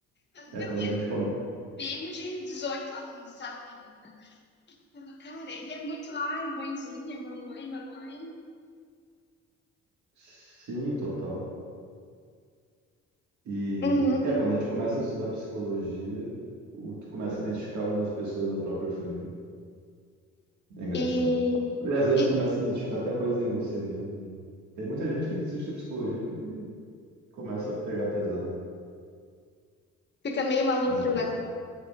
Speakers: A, on the right; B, on the left.
A: É
B: Meu,
A: quando
B: e
A: a
B: é
A: gente come.
B: primo de 18 anos, sabe? Eu falo, Cara, ele é muito, ai, mãezinha, mamãe, mamãe.
A: Sim, total. E
B: Uhum.
A: é, quando a gente começa a estudar psicologia, o- tu começa a identificar algumas pessoas da própria família. É engraçado.
B: E,
A: E às vezes
B: e
A: tu começa a identificar até coisas em você mesmo. né? Tem muita gente que desiste da psicologia porque começa a pegar pesado
B: fica meio maluco,
A: na própria.
B: né?